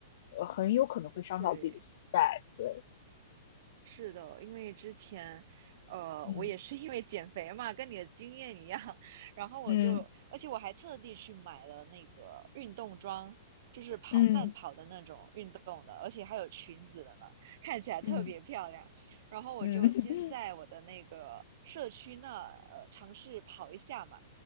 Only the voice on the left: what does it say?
呃，很有可能会伤到自己的膝盖。
对，
嗯
嗯
嗯
嗯
嗯嗯